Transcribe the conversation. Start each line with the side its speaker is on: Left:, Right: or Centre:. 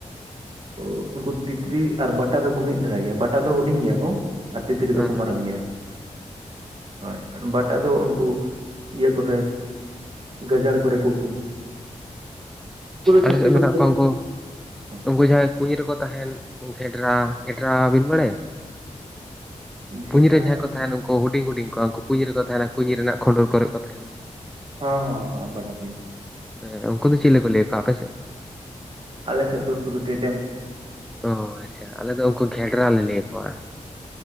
Right: ᱳᱸ ᱩᱱᱠᱩ ᱛᱤᱛᱨᱤ ᱟᱨ ᱵᱟᱴᱟ ᱫᱚᱠᱚ ᱢᱤᱫ ᱫᱷᱟᱨᱟ ᱜᱮᱭᱟ, ᱵᱟᱴᱟ ᱫᱚ ᱦᱩᱰᱤᱧ ᱜᱮᱭᱟ ᱠᱚ ᱟᱨ ᱛᱤᱛᱨᱤ
Centre: ᱦᱮᱸ
Right: ᱫᱚᱠᱚ ᱢᱟᱨᱟᱝ ᱜᱮᱭᱟ᱾ ᱦᱳᱭ ᱟᱨ ᱵᱟᱴᱟ ᱫᱚ ᱩᱱᱠᱩ ᱤᱭᱟᱹ ᱠᱚᱨᱮ ᱜᱟᱡᱟᱲ ᱠᱚᱨᱮ ᱠᱚ ᱩᱠᱩ, ᱩᱱᱠᱩ ᱫᱚ ᱡᱟᱹᱥᱛᱤ
Centre: ᱟᱞᱮ ᱥᱮᱫ
Right: ᱫᱚ
Centre: ᱢᱮᱱᱟᱜ ᱠᱚᱣᱟ ᱩᱱᱠᱩ
Right: ᱜᱮᱭᱟ ᱠᱚ᱾
Centre: ᱩᱱᱠᱩ ᱡᱟᱦᱟᱸᱭ ᱠᱩᱧ ᱨᱮᱠᱚ ᱛᱟᱦᱮᱱ ᱩᱱ ᱜᱷᱮᱰᱨᱟ, ᱜᱷᱮᱰᱨᱟ ᱵᱤᱱ ᱵᱟᱲᱟᱭᱟ?
Right: ᱥᱮᱴᱨᱟ
Centre: ᱠᱩᱸᱧ ᱨᱮ ᱡᱟᱦᱟᱸᱭ ᱠᱚ
Right: ᱦᱚᱸ
Centre: ᱛᱟᱦᱮᱱᱟ ᱩᱱᱠᱩ ᱦᱩᱰᱤᱧ ᱦᱩᱰᱤᱧ ᱠᱚ ᱦᱟᱱᱠᱩ ᱠᱩᱸᱧ ᱨᱮᱠᱚ ᱛᱟᱦᱮᱱᱟ ᱠᱩᱸᱧ ᱨᱮᱱᱟᱜ ᱠᱷᱩᱸᱰᱩᱨ ᱠᱚᱨᱮ ᱠᱚ ᱛᱟᱦᱮᱱᱟ᱾
Right: ᱦᱚᱸ ᱦᱚᱸ ᱦᱚᱸ ᱵᱟᱰᱟᱭᱟᱞᱤᱧ᱾
Centre: ᱦᱮᱸ ᱩᱱᱠᱩ ᱫᱚ ᱪᱤᱞᱮ ᱠᱚ ᱞᱟᱹᱭ ᱠᱚᱣᱟ ᱟᱯᱮᱥᱮᱫ?
Right: ᱟᱞᱮᱥᱮᱫ ᱫᱚ ᱩᱱᱠᱩ ᱫᱚ ᱰᱮᱰᱮᱢ᱾
Centre: ᱚ ᱟᱪᱪᱷᱟ, ᱟᱞᱮᱫ ᱫᱚ ᱩᱱᱠᱩ ᱜᱷᱮᱰᱨᱟ ᱞᱮ ᱞᱟᱹᱭ ᱟᱠᱚᱣᱟ᱾